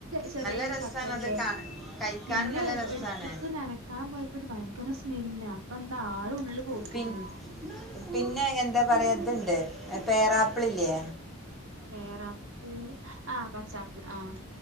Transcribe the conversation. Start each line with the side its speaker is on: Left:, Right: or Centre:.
Right: ചെറിയരു
Centre: നല്ല രസമാണ്
Right: എല്ലേ
Centre: അത് കാ കഴിക്കാനും
Right: പിന്നെ
Centre: നല്ല രസമാണ്
Right: എടുത്ത്ക്ക നന ക്കാൻ പോയപ്പോ ഭയങ്കര സ്മെല്ലിന അപ്പൊ എന്താ ആള് ഉള്ള് പൗത്ത്ക്ക്ണ്
Centre: പിൻ പിന്നെ എന്താ പറയാതുണ്ട് പേരാപ്പിള്ല്ലേ
Right: പേറാപ്പിള് ആഹ് പച്ചാപ്പിൾ ആഹ്